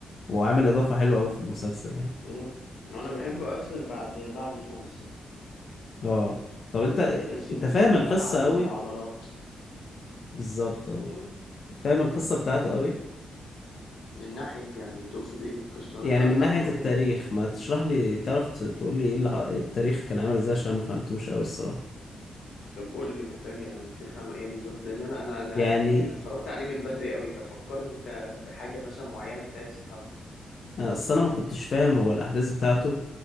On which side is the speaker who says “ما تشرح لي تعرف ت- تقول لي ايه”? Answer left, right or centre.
Left